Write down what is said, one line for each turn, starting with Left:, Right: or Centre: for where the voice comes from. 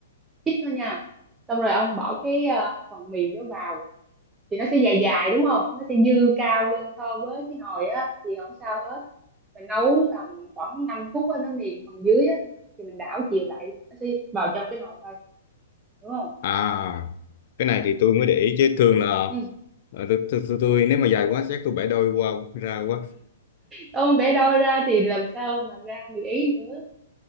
Right: ít thôi nha xong rồi ông bỏ cái ờ, phần mì đó vào thì nó sẽ dài dài đúng không nó sẽ dư cao lên so với cái nồi á thì không sao hết mình nấu tầm khoảng 5 phút á, nó mềm phần dưới á thì mình đảo chiều lại nó sẽ vào trong cái nồi thôi đúng không
Left: À, cái này thì tôi mới để ý chứ thường là
Right: ừ.
Left: ờ, tôi, tôi, tôi, tôi nếu mà dài quá chắc tôi bẻ đôi qua ra quá.
Right: Ôm bé đo ra thì làm sao mà ra được ý nữa.